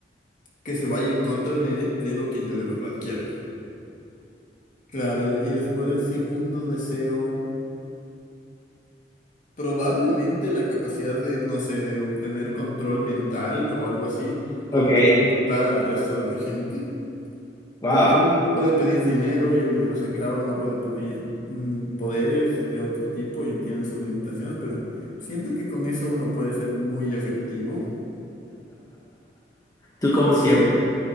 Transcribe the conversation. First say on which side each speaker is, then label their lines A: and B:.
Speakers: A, on the left; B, on the left.
A: que se vaya en contra de, de lo que yo de verdad quiero. Claro, y, y después del segundo deseo, probablemente la capacidad de, no sé, de tener control mental o algo así, con,
B: Ok,
A: de controlar al resto de la gente.
B: wow.
A: Porque uno no puede pedir dinero y el dinero se acaba, no puede pedir mm, poderes de otro tipo y tienen sus limitaciones, pero siento que con eso uno puede ser muy efectivo.
B: Tú como siempre.
A: Y,